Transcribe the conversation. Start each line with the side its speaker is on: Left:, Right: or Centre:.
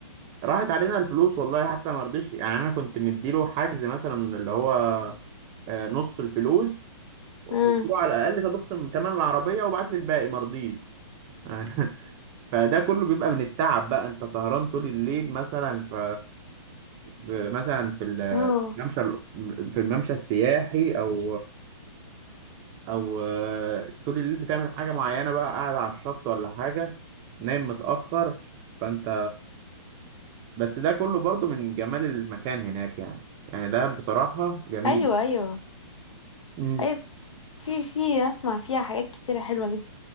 Right: راحت علينا الفلوس والله حتى ما رضيش يعني انا كنت مديله حجز مثلا اللي هو آه، نص الفلوس قلت
Left: امم
Right: له على الاقل طب اخصم ثمن العربيه وبعت لي الباقي ما رضيش يعني فده كله بيبقى من التعب بقى انت سهران طول الليل مثلا ف... في- مثلا في الممشى
Left: اه
Right: في الممشى السياحي او او آه، طول الليل بتعمل حاجه معينه بقى قاعد على الشط ولا حاجه نايم متاخر فانت بس ده كله برضو من جمال المكان هناك يعني يعني ده بصراحة جميل
Left: ايوه ايوه
Right: امم
Left: ايوه في في اسمع فيها حاجات كتيرة حلوة جدا